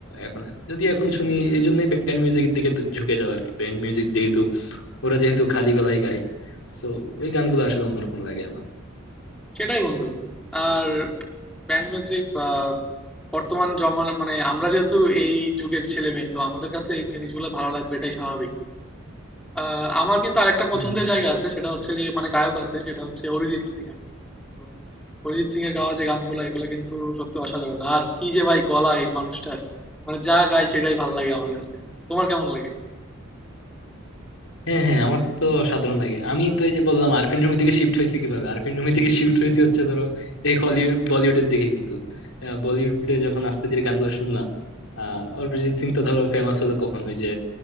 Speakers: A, on the left; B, in the centre.
A: এখন যদি এখন শুনি এই জন্যই ব্যান্ড মিউজিকের দিকে ঝু- ঝুঁকে যাওয়া আর কি ব্যান্ড মিউজিক যেহেতু ওরা যেহেতু খালি গলায় গায় তো ওই গানগুলো আসলে অন্যরকম লাগে আমার
B: সেটাই বন্ধু আর ব্যান্ড মিউজিক বা বর্তমান জমা মানে আমরা যেহেতু এই যুগের ছেলে মেয়ে তো আমাদের কাছে এই জিনিসগুলো ভালো লাগবে এটাই স্বাভাবিক আহ, আমার কিন্তু আরেকটা
A: হম
B: পছন্দের
A: হম
B: জায়গা আছে সেটা হচ্ছে যে মানে গায়ক আছে সেটা হচ্ছে অরিজিৎ সিং আর কি তো অরিজিৎ সিং এর গাওয়া যে গানগুলো এগুলো কিন্তু সত্যি অসাধারণ আর কি যে ভাই গলা এই মানুষটার মানে যা গায় সেটাই ভালো লাগে আমার কাছে তোমার কেমন লাগে
A: হ্যাঁ হ্যাঁ আমার তো সাধারণ লাগে আমি তো এই যে বললাম আরফিন রুমি থেকে শিফট হয়েছে কিভাবে আরফিন রুমি থেকে শিফট হয়েছে হচ্ছে ধরো এই হলিউড বলিউডের দিকে কিন্তু আহ, বলিউডে যখন আস্তে ধীরে গানগুলো শুনলাম আহ অরিজিৎ সিং তো ধরো ফেমাস হলো কখন ওই যে